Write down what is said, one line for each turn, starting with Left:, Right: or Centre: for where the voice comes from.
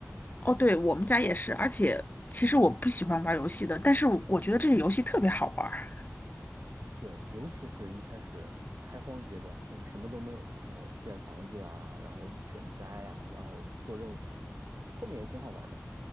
Left: 哦，对，我们家也是。而且其实我不喜欢玩游戏的，但是我我觉得这个游戏特别好玩儿
Right: 对，尤其是一开始开荒阶段，就是什么都没有的时候，建房子啊，然后选家呀，然后做任务啊，后面也挺好玩的。